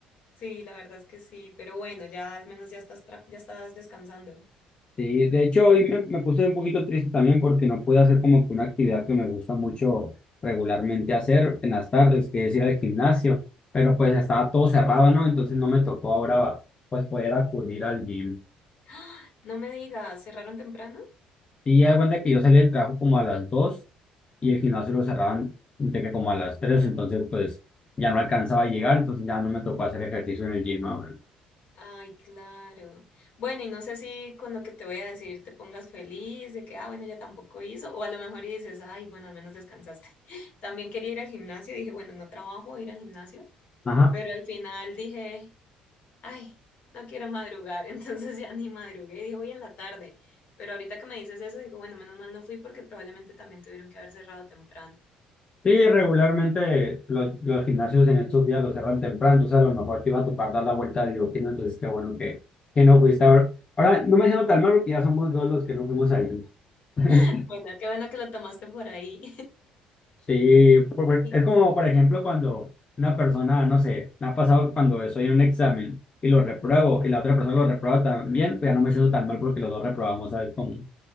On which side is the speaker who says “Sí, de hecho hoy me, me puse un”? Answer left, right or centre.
Left